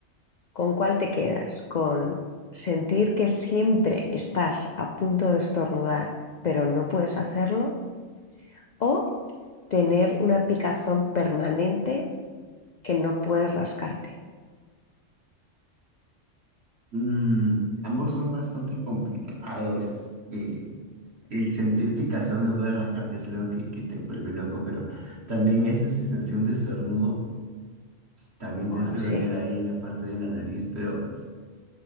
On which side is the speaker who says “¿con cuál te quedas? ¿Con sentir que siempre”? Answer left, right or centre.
Left